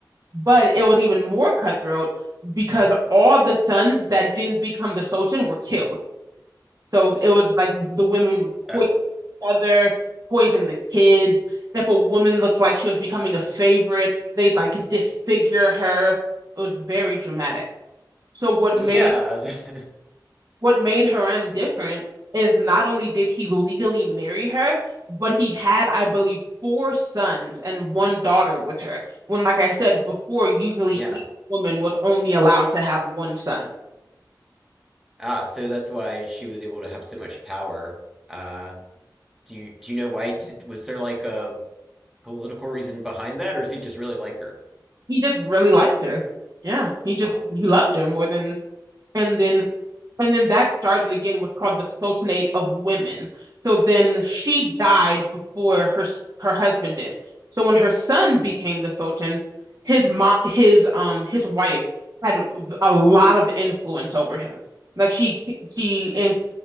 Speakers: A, on the right; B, in the centre.
A: But it was even more cutthroat because all the sons that didn't become the Sultan were killed. So it was like the women would
B: Oh,
A: poison each other, poison the kids. If a woman looks like she was becoming a favorite, they'd like disfigure her. It was very dramatic. So what made
B: yeah. <laughs>
A: what made Harem different is not only did he legally marry her, but he had, I believe, four sons and one daughter with her. When, like I said before, usually
B: Yeah.
A: each woman was only allowed to have one son.
B: Ah, so that's why she was able to have so much power. Uh, do you do you know why did was there like a political reason behind that, or does he just really like her?
A: He just really liked her. Yeah, he just
B: Huh.
A: he loved her more than. And then And then that started again with called the Sultanate of Women. So then she died before her her husband did. So when her son became the Sultan, his mom, his um, his wife had a lot of influence over him. Like she she in